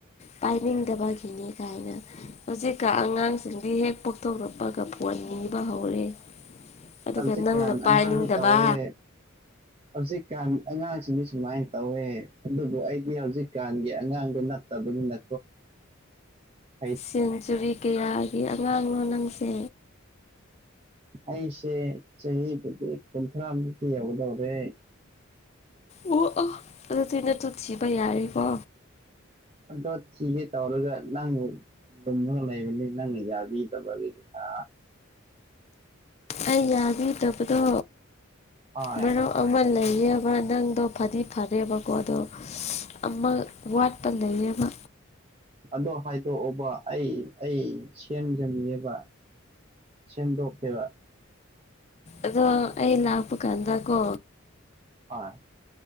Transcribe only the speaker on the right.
ꯍꯧꯖꯤꯛ
ꯀꯥꯟ
ꯑꯉꯥꯡꯗꯤ ꯇꯧꯋꯦ ꯍꯧꯖꯤꯛꯀꯥꯟ ꯑꯉꯥꯡꯁꯤꯡꯗꯤ ꯁꯨꯃꯥꯏ ꯇꯧꯋꯦ ꯑꯗꯨꯕꯨ ꯑꯩꯗꯤ ꯍꯧꯖꯤꯛꯀꯥꯟꯒꯤ ꯑꯉꯥꯡꯗꯨ ꯅꯠꯇꯕꯅꯤꯅ ꯀꫭ
ꯑꯩꯁꯦ ꯆꯍꯤꯕꯨꯗꯤ ꯀꯨꯟꯊ꯭ꯔꯥ ꯃꯨꯛꯇꯤ ꯌꯧꯒꯗꯧꯔꯦ
ꯑꯗꯣ ꯊꯤꯒꯦ ꯇꯧꯔꯒ ꯅꯪ ꯂꯨꯝꯃꯒ ꯂꯩꯕꯅꯤ ꯅꯪꯅ ꯌꯥꯕꯤꯗꯕꯒꯤ ꯇ
ꯍꯣꯏ
ꯑꯗꯣ ꯍꯥꯏꯗꯣꯛꯑꯣꯕ ꯑꯩ ꯑꯩ ꯁꯦꯝꯖꯟꯒꯦꯕ ꯁꯦꯝꯗꯣꯛꯀꯦꯕ
ꯍꫭꯏ